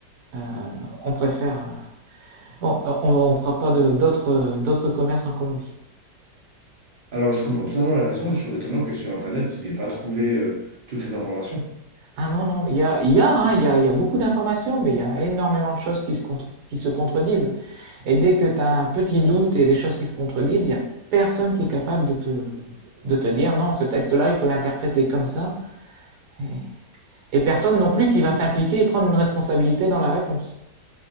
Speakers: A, on the right; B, on the right.
A: euh, on préfère euh, Bon, On, on, fera pas de- d'autres d'autres commerces en Colombie.
B: Alors, je comprends totalement la raison, mais je trouve étonnant que sur Internet, vous n'ayez pas trouvé euh, toutes ces informations.
A: Ah non, non, il y a, il y a, hein, il y a, il y a beaucoup d'informations, mais il y a énormément de choses qui se, contre- qui se contredisent. Et dès que tu as un petit doute et des choses qui se contredisent, il y a personne qui est capable de te, de te dire non, ce texte-là, il faut l'interpréter comme ça. Et, et personne non plus qui va s'impliquer et prendre une responsabilité dans la réponse.